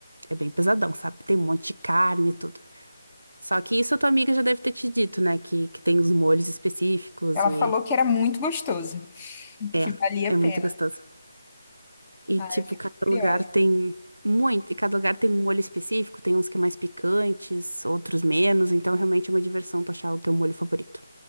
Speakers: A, on the right; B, on the left.
A: É bem pesadão, sabe? Tem um monte de carne e tudo. Só que isso a tua amiga já deve ter te dito, né? Que, que tem os molhos específicos
B: Ela
A: e...
B: falou que era muito gostoso, <laughs>
A: É,
B: que valia a
A: é
B: pena.
A: muito gostoso. E,
B: Ah,
A: tipo,
B: eu fiquei
A: cada
B: curiosa.
A: lugar tem muito... E cada lugar tem um molho específico. Tem uns que é mais picantes, outros menos. Então, realmente é uma diversão tu achar o teu molho favorito.